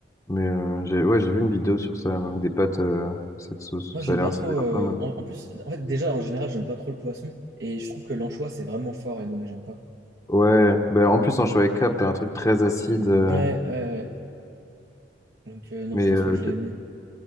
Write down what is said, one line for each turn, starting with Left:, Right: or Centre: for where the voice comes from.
Left: Mais euh, j'ai ouais, j'ai vu une vidéo sur ça, euh, des pâtes, euh, cette sauce.
Right: Moi,
Left: Ça
Right: j'aime
Left: a l'air,
Right: pas trop.
Left: ça a l'air
Right: euh,
Left: pas mal.
Right: en, en plus, en fait, déjà, en général, j'aime pas trop le poisson. Et je trouve que l'anchois, c'est vraiment fort et donc j'aime pas.
Left: Ouais, bah, en plus en choix 4, t'as un truc très acide. euh,
Right: Ouais, ouais. ouais. Donc, euh, non,
Left: mais
Right: je pense
Left: euh,
Right: pas que je
Left: ok.
Right: vais aimer.